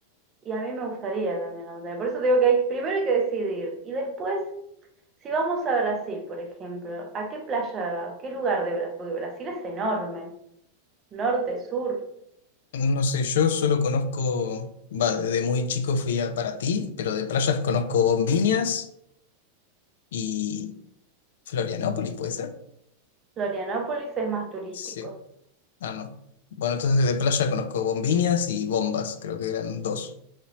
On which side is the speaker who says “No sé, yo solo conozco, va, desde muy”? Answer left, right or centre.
Left